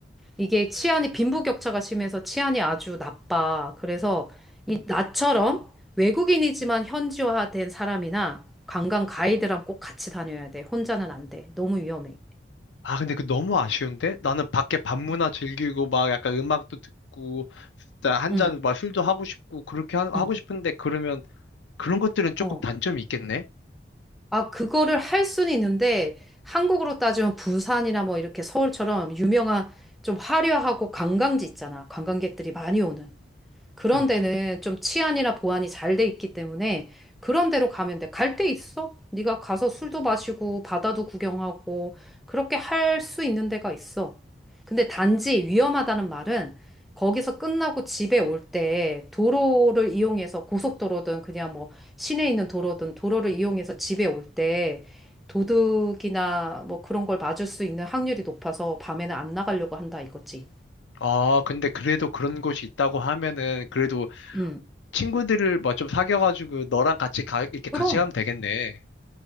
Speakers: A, in the centre; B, on the left.
A: 이게 치안이 빈부격차가 심해서 치안이 아주 나빠. 그래서 이 나처럼 외국인이지만 현지화된 사람이나 관광 가이드랑 꼭 같이 다녀야 돼. 혼자는 안 돼. 너무 위험해.
B: 아, 근데 그 너무 아쉬운데? 나는 밖에 밤문화 즐기고 막 약간 음악도 듣고 진짜 한잔막
A: 응,
B: 술도 하고 싶고 그렇게 하, 하고
A: 응,
B: 싶은데 그러면 그런 것들은 조금
A: 어.
B: 단점이 있겠네?
A: 아, 그거를 할 수는 있는데 한국으로 따지면 부산이나 뭐 이렇게 서울처럼 유명한 좀 화려하고 관광지 있잖아. 관광객들이 많이 오는. 그런
B: 음.
A: 데는 좀 치안이나 보안이 잘 돼 있기 때문에 그런 데로 가면 돼. 갈 데 있어? 네가 가서 술도 마시고 바다도 구경하고 그렇게 할 수 있는 데가 있어. 근데 단지 위험하다는 말은 거기서 끝나고 집에 올 때 도로를 이용해서 고속도로든 그냥 뭐 시내에 있는 도로든 도로를 이용해서 집에 올 때 도둑이나 뭐 그런 걸 맞을 수 있는 확률이 높아서 밤에는 안 나가려고 한다 이거지.
B: 아, 근데 그래도 그런 곳이 있다고 하면은 그래도
A: 음.
B: 친구들을 막 좀 사귀어가지고 너랑 같이 가, 이렇게 같이
A: 그럼.
B: 가면 되겠네.